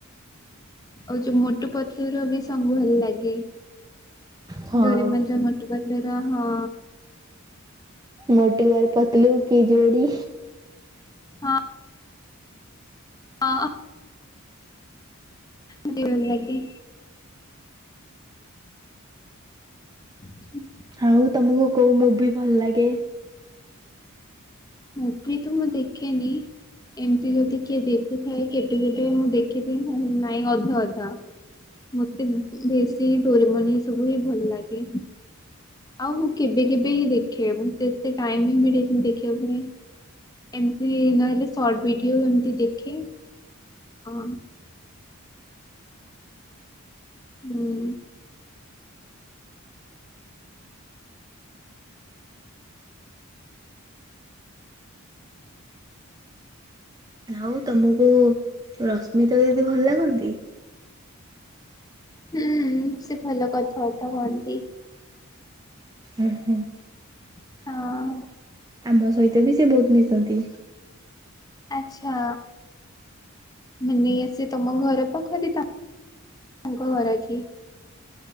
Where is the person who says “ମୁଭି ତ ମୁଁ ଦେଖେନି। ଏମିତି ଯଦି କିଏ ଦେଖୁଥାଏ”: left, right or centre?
Left